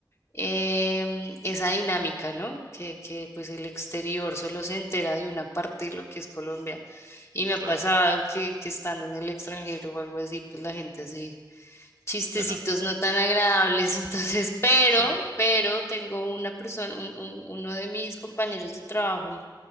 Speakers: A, on the left; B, on the right.
A: em, esa dinámica, ¿no? Que, que pues el exterior solo se entera de una parte de lo que es Colombia. Y me
B: claro.
A: ha pasado que, que estando en el extranjero o algo así, pues la gente sí chistecitos
B: Bueno,
A: no tan agradables, <laughs> entonces, pero,
B: sí.
A: pero tengo una persona, un- un- uno de mis compañeros de trabajo,